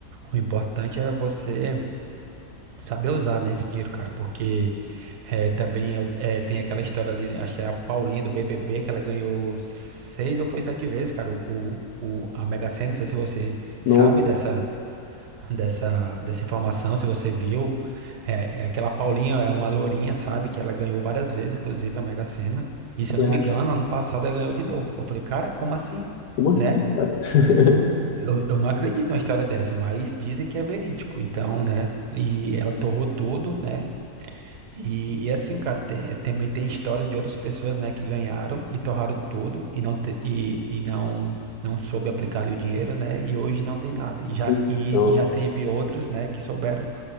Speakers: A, on the right; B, on the left.
A: O importante é você saber usar, né, esse dinheiro, cara, porque eh, também é o- eh, tem aquela história ali, né, acho que é a Paulinha do BBB, que ela ganhou seis ou foi sete vezes, cara, o, o, o- a Mega Sena, não sei se você
B: Nossa,
A: sabe dessa, dessa, dessa informação, se você viu, é, é aquela Paulinha é uma lourinha, sabe, que ela ganhou várias vezes, inclusive a Mega Sena, e
B: você
A: se eu não
B: acha?
A: me engano, ano passado ela ganhou de novo, eu falei, cara, como assim?
B: Como assim,
A: né?
B: cara? <laughs>
A: Eu, eu não acredito numa história dessa, mas dizem que é verídico, então, né? E ela torrou tudo, né? E, e assim, cara, tem- eh, também tem histórias de outras pessoas, né, que ganharam e torraram tudo e não, te- e, e não, não soube aplicar ali o dinheiro, né? E hoje não tem nada. E já,
B: Então,
A: e, e já teve outras, né, que souberam